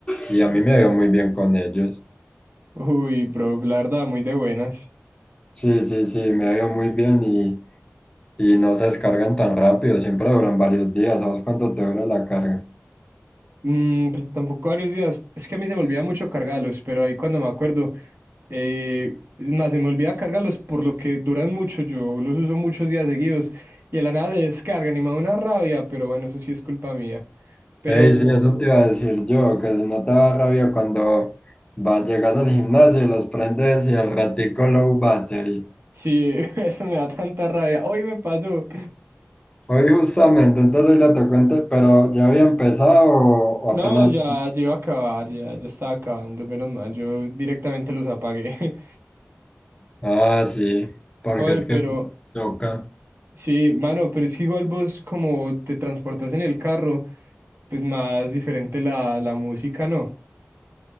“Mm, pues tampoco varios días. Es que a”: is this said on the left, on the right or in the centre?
Right